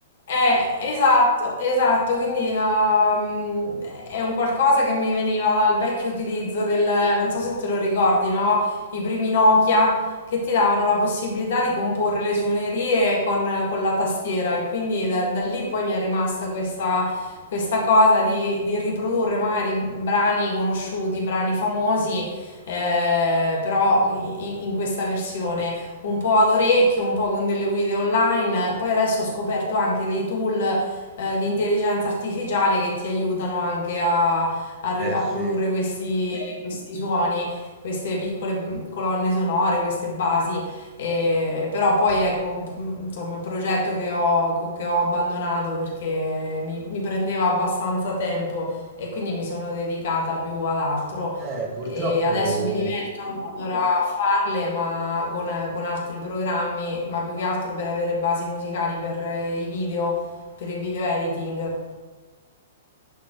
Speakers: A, on the left; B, on the right.
A: Eh, esatto, esatto, quindi la- mm, è un qualcosa che mi veniva dal vecchio utilizzo del, non so se te lo ricordi, no? I primi Nokia che ti davano la possibilità di comporre le suonerie con, con la tastiera e quindi da, da lì poi mi è rimasta questa, questa cosa di, di riprodurre magari brani conosciuti, brani famosi, eh, però i- in questa versione un po' ad orecchio, un po' con delle guide online. Poi adesso ho scoperto anche dei tool eh, di intelligenza artificiale che ti aiutano anche a, a ri-
B: eh
A: a
B: sì.
A: produrre questi, questi suoni, queste piccole mm, colonne sonore, queste basi. E- però poi ecco, mm, insomma, un progetto che ho, che ho abbandonato perché mi mi prendeva abbastanza tempo e quindi mi sono dedicata più ad altro
B: Eh, purtroppo...
A: e adesso mi diverto ancora a farle, ma con, con altri programmi, ma più che altro per avere basi musicali per eh, i video, per il video editing.